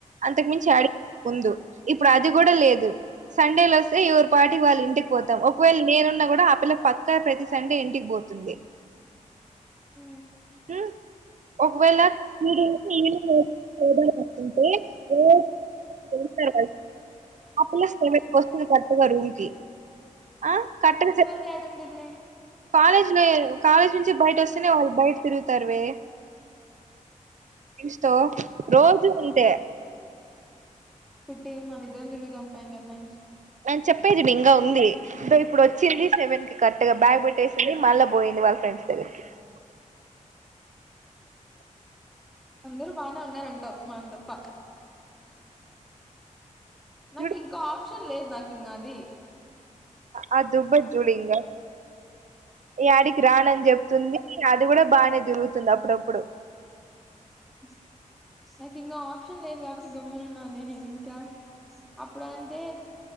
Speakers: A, on the right (about 65°); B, in the centre.
A: అంతకు మించి అడి ముందు ఇప్పుడు అది కూడా లేదు సండే లోస్తే ఎవరి పాటికి వాళ్ళు ఇంటికి పోతాం ఒకవేళ నేనున్నా కూడా ఆ పిల్ల పక్ కా ప్రతి సండే ఇంటికి పోతుంది
B: ఆ
A: ఉమ్, ఒకవేళ ఈడి ఈవినింగ్ <unintelligible> <unintelligible> ఆ పిల్ల సెవెన్ కొస్తుంది కరక్ట్ గా రూమ్ కి ఆ కరెక్ట్
B: అంతవరకు
A: గా
B: ఏడుందిమ్మి.
A: కాలేజ్ లో ఏ కాలేజ్ నుంచి బయట వస్తేనే వాళ్ళు బయట తిరుగుతారువే. ఫ్రెండ్స్ తో రోజు అంతే
B: కుట్టి మన ఇద్దరం తిరుగుదాం ప ఇంగటినుంచి.
A: నేను చెప్పేది మీంకా ఉంది సో ఇప్పుడు వచ్చింది సెవెన్ కి కరెక్ట్ గా బ్యాగ్ పెట్టేసింది మళ్ళా పోయింది. ది వాళ్ళ ఫ్రెండ్స్ దగ్గరికి
B: <inaudible> అందరూ బానే ఉన్నారంటావు మనం తప్ప. నాకు
A: చూడు
B: ఇంకో ఆప్షన్ లేదు నాకు ఇంకా అది.
A: అ దుబ్బది చూడు ఇంగ యాడికి రానని చెప్తుంది. అది కూడా బానే తిరుగుతుంది అప్పుడప్పుడు.
B: ఇస్ నాకు ఇంకా ఆప్షన్ లేదు కాబట్టి గమ్మనున్నానే నేను ఇంకా అప్పుడు అంటే.